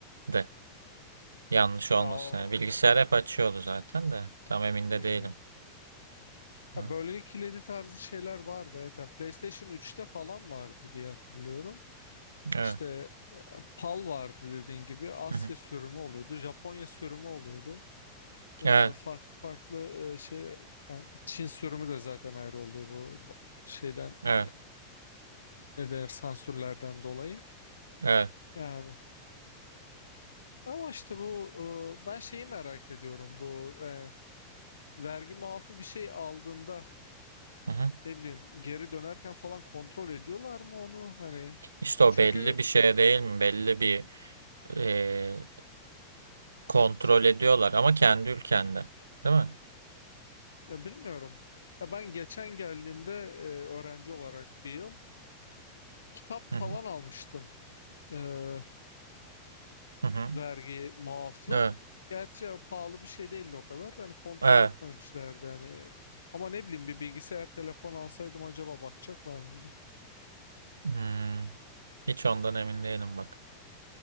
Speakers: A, on the right (about 75°); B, on the left (about 70°).
A: de yanlış olmasın
B: Ya, o,
A: yani bilgisayar hep açıyordu zaten de tam emin de
B: hmm.
A: değilim.
B: Ya
A: Hı.
B: bölge kilidi tarzı şeyler vardı. Evet, Yani PlayStation 3'te falan vardı diye hatırlıyorum.
A: Evet.
B: İşte e, PAL vardı dediğin gibi Asya
A: Hı hı.
B: sürümü oluyordu, Japonya sürümü oluyordu. E,
A: Evet.
B: farklı farklı e, şey yani Çin sürümü de zaten ayrı oluyor bu bu şeyden
A: Evet.
B: e, ne denir sansürlerden dolayı.
A: Evet.
B: Yani ama işte bu e, ben şeyi merak ediyorum bu e, vergi muafı bir şey aldığında
A: Hı hı.
B: ne bileyim geri dönerken falan kontrol ediyorlar mı onu hani
A: İşte o
B: çünkü
A: belli bir şey değil mi? Belli bir e, kontrol ediyorlar ama kendi ülkende değil mi?
B: ya bilmiyorum. Ya ben geçen geldiğimde e, öğrenci olarak bir yıl kitap
A: Hı
B: falan
A: hı.
B: almıştım eee,
A: Hı hı.
B: vergi muaflı.
A: Evet.
B: Gerçi pahalı bir şey değildi o kadar da hani kontrol
A: Evet.
B: etmemişlerdi hani. Ama ne bileyim bir bilgisayar telefon alsaydım acaba bakacaklar mıydı?
A: Hmm. Hiç ondan emin değilim bak.